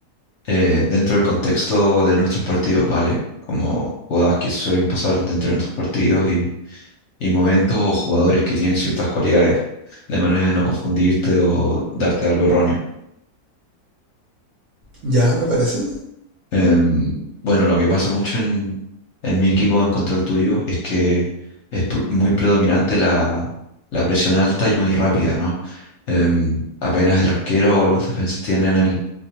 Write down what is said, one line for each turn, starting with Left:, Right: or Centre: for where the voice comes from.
Left: eh, dentro del contexto de nuestros partidos, ¿vale? Como jugadas que suelen pasar dentro de nuestros partidos y, y momentos o jugadores que tienen ciertas cualidades, de manera de no confundirte o darte algo erróneo.
Right: Ya, me parece.
Left: Em, bueno, lo que pasa mucho en, en mi equipo en contra el tuyo es que es pr- muy predominante la, la presión alta y muy rápida, ¿no? Em, apenas el arquero o los defensas tienen el,